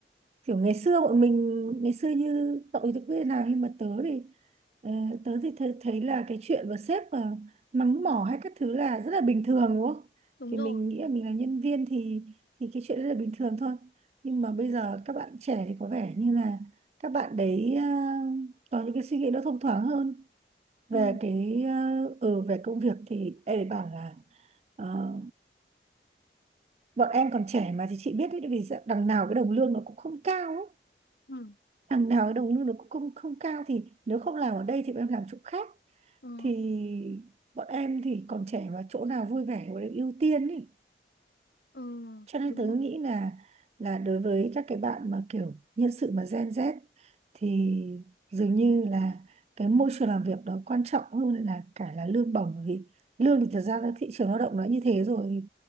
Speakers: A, on the right (about 35°); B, on the left (about 65°).
A: kiểu ngày xưa bọn mình ngày xưa như cậu thì tớ biết nào nhưng mà tớ thì ờ, tớ thì thấy, thấy là cái chuyện mà sếp mà mắng mỏ hay các thứ là rất là bình thường đúng không
B: đúng
A: thì
B: rồi.
A: mình nghĩ là mình là nhân viên thì thì cái chuyện rất là bình thường thôi nhưng mà bây giờ các bạn trẻ thì có vẻ như là các bạn đấy à, có những cái suy nghĩ nó thông thoáng hơn về
B: Ừ,
A: cái uh, ừ về công việc thì em ấy bảo là ờ, bọn em còn trẻ mà thì chị biết đấy vì dạ- đằng nào cái đồng lương nó cũng không cao ấy.
B: ừ,
A: Đằng nào cái đồng lương nó cũng không không cao thì nếu không làm ở đây thì bọn em làm chỗ khác
B: ừ,
A: thì bọn em thì còn trẻ mà chỗ nào vui vẻ thì bọn em ưu tiên ý
B: ừ,
A: cho nên
B: đúng.
A: tớ nghĩ là là đối với các cái bạn mà kiểu nhân sự mà Gen Z thì dường như là cái môi trường làm việc đó quan trọng hơn là cả là lương bổng bởi vì lương thì thật ra là thị trường lao động nó như thế rồi